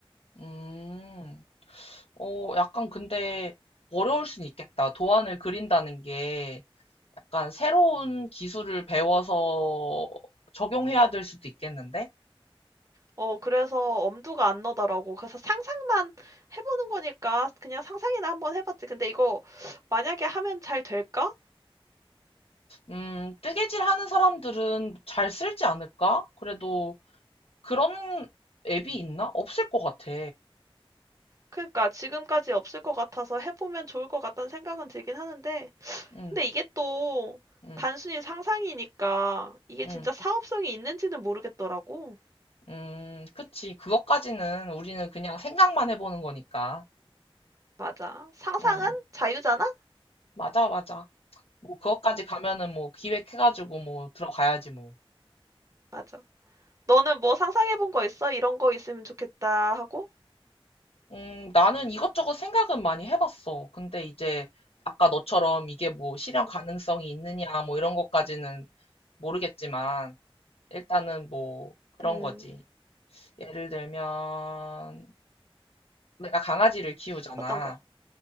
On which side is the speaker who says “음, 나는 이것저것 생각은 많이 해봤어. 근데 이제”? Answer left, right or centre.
Left